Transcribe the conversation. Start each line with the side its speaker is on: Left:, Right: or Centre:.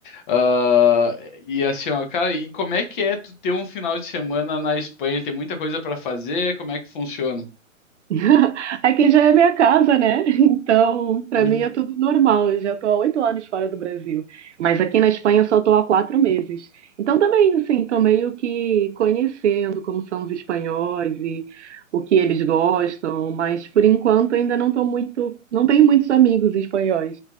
Left: Ah, e assim, ó, cara, e como é que é tu ter um final de semana na Espanha? Tem muita coisa para fazer? Como é que funciona?
Right: <laughs> Aqui já é minha casa, né? Então, para
Left: Hum.
Right: mim é tudo normal. Eu já estou há oito anos fora do Brasil. Mas aqui na Espanha eu só estou há quatro meses. Então, também, assim, estou meio que conhecendo como são os espanhóis e o que eles gostam. Mas, por enquanto, ainda não estou muito. Não tenho muitos amigos espanhóis.